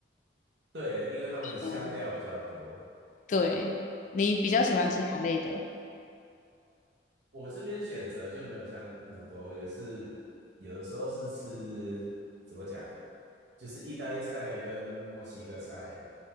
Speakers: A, on the right; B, on the left.
A: 对，因为他们香料比较多。
B: 嗯，对，你比较喜欢吃哪类的？
A: 那。我这边选择就没有像那么多，我也是有的时候是吃，怎么讲，就是意大利菜跟墨西哥菜